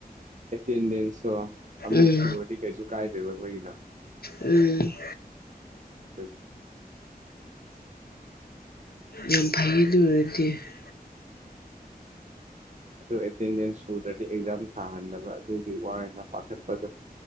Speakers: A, on the right; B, on the left.
A: ꯑꯦꯇꯦꯟꯗꯦꯟꯁꯇꯣ ꯑꯃꯨꯛ
B: ꯎꯝ
A: ꯁꯨꯔꯗꯤ ꯀꯩꯁꯨ ꯀꯥꯏꯗꯦꯕ ꯑꯩꯈꯣꯏꯒꯤꯅ
B: ꯎꯝ
A: ꯑꯗꯨꯒꯤ
B: ꯌꯥꯝ <inaudible>
A: ꯑꯗꯨ ꯑꯦꯇꯦꯟꯗꯦꯟꯁ ꯁꯨꯗ꯭ꯔꯗꯤ ꯑꯦꯛꯖꯥꯝ ꯊꯥꯍꯟꯅꯕ ꯑꯗꯨꯒꯤ ꯋꯥꯅ ꯄꯥꯈꯠꯄꯗꯣ